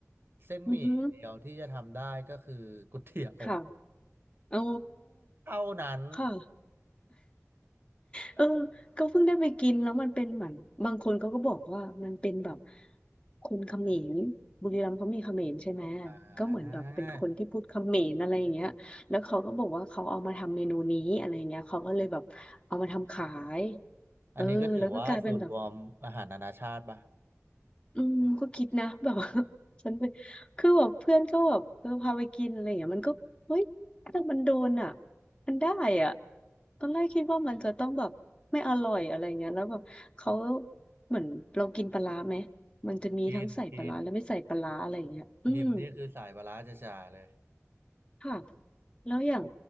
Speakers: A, on the right (about 45°); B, on the left (about 20°).
A: เส้นหมี่เดียวที่จะทำได้ก็คือก๋วยเตี๋ยว
B: อือฮึค่ะ อ๋อ
A: เท่านั้น
B: ค่ะเออก็เพิ่งได้ไปกินแล้วมันเป็นเหมือนบางคนเขาก็บอกว่ามันเป็นแบบคนเขมรบุรีรัมย์เขามีเขมรใช่ไหม
A: อ่า
B: ก็เหมือนแบบเป็นคนที่พูดเขมรอะไรอย่างเงี้ยแล้วเขาก็บอกว่าเขาเอามาทำเมนูนี้อะไรอย่างเงี้ยเขาก็เลยแบบเอามาทำขาย
A: อันนี้ก็ถือว่าสูตรรวมอาหารนานาชาติป่ะ
B: เออแล้วก็กลายเป็นแบบ อืมก็คิดนะ <laughs> แบบว่า <laughs> ฉันไปคือแบบเพื่อนก็แบบเออพาไปกินอะไรอย่างเงี้ยมันก็เฮ้ยแต่มันโดนอ่ะมันได้อ่ะตอนแรกคิดว่ามันจะต้องแบบไม่อร่อยอะไรเงี้ยแล้วแบบเขาเหมือนเรากินปลาร้าไหมมันจะมีทั้งใส่ปลาร้าและไม่ใส่ปลาร้าอะไรเงี้ยอืม
A: กินกินหิมนี่คือสายปลาร้าจ๋าๆเลย
B: ค่ะแล้วอย่าง